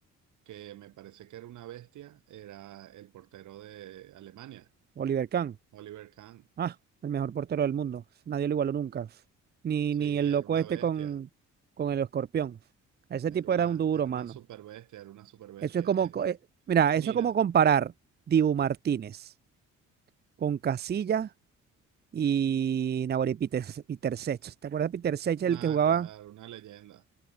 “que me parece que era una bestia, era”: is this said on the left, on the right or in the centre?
Right